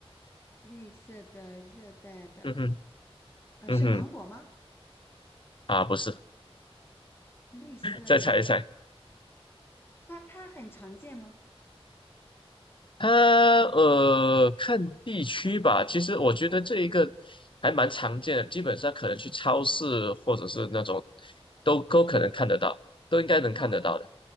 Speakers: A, on the left; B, on the left.
A: 绿色的热带的，
B: 嗯哼，
A: 呃，
B: 嗯哼，
A: 是芒果吗？
B: 啊，不是，
A: 绿色的，
B: 再猜一猜，
A: 它它很常见吗？
B: 它呃，看地区吧。其实我觉得这一个还蛮常见的，基本上可能去超市或者是那种都都可能看得到，都应该能看得到的。
A: 葡萄，